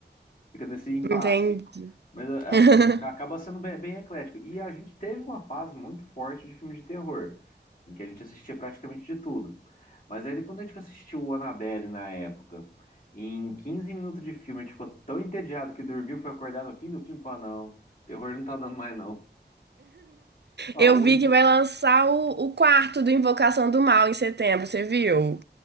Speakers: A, on the left; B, on the right.
A: fica nesse impasse.
B: Entendi.
A: Mas a-
B: <laughs>
A: assim, aca- acaba sendo bem, bem eclético. E a gente teve uma fase muito forte de filme de terror, em que a gente assistia praticamente de tudo. Mas aí quando a gente assistiu o Annabelle na época, em 15 minutos de filme, a gente ficou tão entediado que dormiu, foi acordado no fim do filme e falou, "Ah, não. Terror não tá dando mais, não. Ó,
B: Eu
A: o
B: vi
A: Invo-
B: que vai lançar o, o quarto do Invocação do Mal em setembro, você viu?